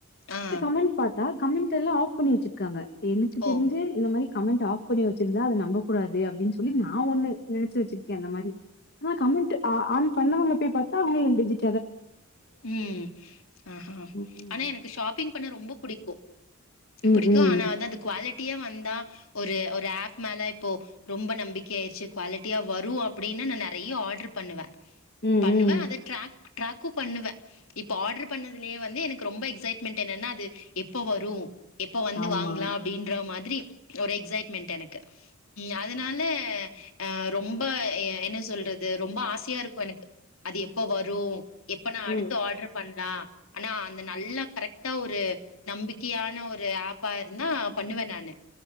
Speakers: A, on the left (about 75°); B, on the left (about 50°).
A: ஆ
B: கமெண்ட் பாத்தா கமெண்ட் எல்லாம் ஆஃப் பண்ணி வச்சிருக்காங்க எனுக்கு தெரிஞ்சு
A: ஓ
B: இந்த மாரி கமெண்ட் ஆஃப் பண்ணி வச்சிருந்தா அத நம்பக்க கூடாது அப்டின் சொல்லி நான் ஒன்னு நெனைச்சு வச்சிருக்கேன் அந்த மாரி ஆனா கமெண்ட் ஆ ஆன் பண்ணவங்க <unintelligible> <unintelligible>
A: உம் ஆஹ்ஹா
B: ம்.
A: ஆனா எனக்கு ஷாப்பிங் பண்ண -ரொம்பப் புடிக்கும்
B: ம்,
A: புடிக்கும்
B: ம்.
A: ஆனா அந்த அது குவாலிட் டியா வந்தா ஒரு -ஒரு ஆப் மேல இப்போ ரொம்ப நம்பிக்க ஆய்ருச்சு குவாலிட்டியா வரும் அப்படின்ன நா நெறைய ஆர்டர் பண்ணுவ
B: ம்,
A: பண்ணுவ
B: ம்.
A: அத ட்ராக் ட்ராக்கும் பண்ணுவே இப்போ ஆட்ரு பண்ணதுலயே வந்து எனக்கு ரொம்ப எக்ஸைட்மெண்ட் என்னன்னா அது எப்போ வரும் எப்ப வந்து
B: ஆமா.
A: வாங்லாம் அப்டின்ற மாதிரி ஒரு எக்ஸைட்மென்ட் எனக்கு ம் அதனால அஹ் ரொம்ப என்ன சொல்றது ரொம்ப ஆசையா இருக்கும் எனக்கு அது எப்ப வரும் எப்ப நா அடுத்து
B: ம்.
A: ஆட்ர் பண்லாம் ஆனா அந்த நல்ல கரெக்ட்டா ஒரு நம்பிக்கையான ஒரு ஆப்பா இருந்தா பண்ணுவேன் நானு